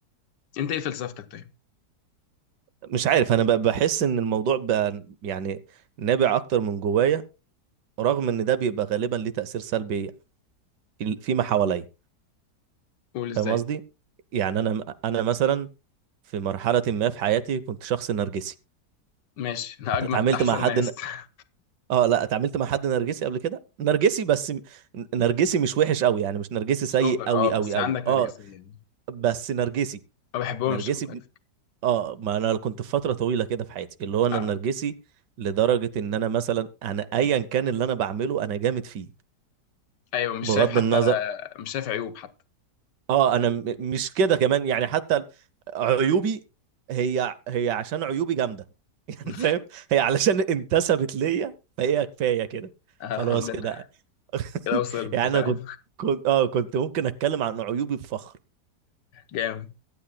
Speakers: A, on the left (about 80°); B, on the right (about 80°).
A: انت ايه فلسفتك طيب
B: مش عارف انا ب- بحس ان الموضوع بقى يعني نابع اكتر من جوايا رغم ان ده بيبقى غالبا ليه تأثير سلبي في ما حواليا
A: قول ازاي
B: فاهم قصدي يعني انا انا مثلا في مرحله ما في حياتي كنت شخص نرجسي
A: ماشي انا
B: انت
A: اجمد
B: اتعاملت
A: احسن
B: مع حد
A: ناس
B: ن...
A: <laughs>
B: اه لا اتعاملت مع حد نرجسي قبل كده نرجسي بس م- نرجسي مش وحش قوي يعني مش نرجسي سيء
A: مش اوفر
B: قوي
A: اه بس
B: قوي
A: عندك
B: قوي اه
A: نرجسية يعني
B: بس نرجسي
A: ما بحبهمش
B: نرجسي
A: خد بالك
B: ب... اه ما انا كنت في فتره طويله كده في حياتي اللي هو انا
A: آه.
B: نرجسي لدرجه ان انا مثلا انا ايا كان اللي انا بعمله انا جامد فيه
A: ايوه مش
B: بغض
A: شايف حتى
B: النظر
A: مش شايف عيوب حتى
B: اه انا م- مش كده كمان يعني حتى عيوبي هي هي عشان عيوبي جامده <laughs> يعني
A: <laughs>
B: فاهم هي علشان انتسبت ليا فهي كفايه كده
A: آه
B: خلاص
A: الحمد لله
B: كده <laughs>
A: كده وصلت
B: يعني انا
A: فاهم
B: كنت كنت اه كنت ممكن اتكلم عن عيوبي بفخر
A: جامد